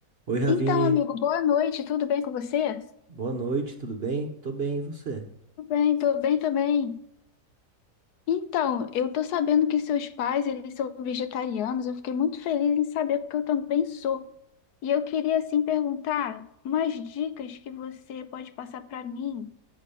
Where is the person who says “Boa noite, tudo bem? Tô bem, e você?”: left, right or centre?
Right